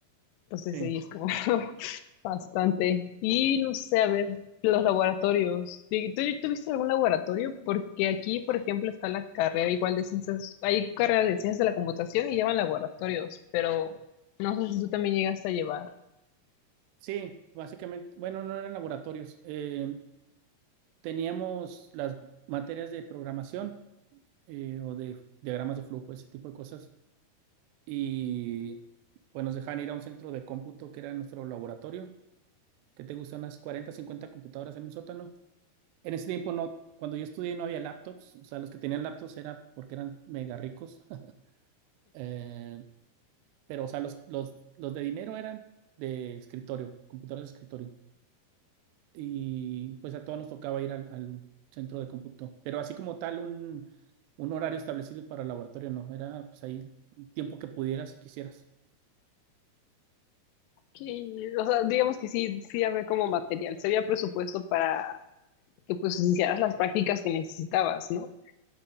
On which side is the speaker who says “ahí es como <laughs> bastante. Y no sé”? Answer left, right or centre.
Left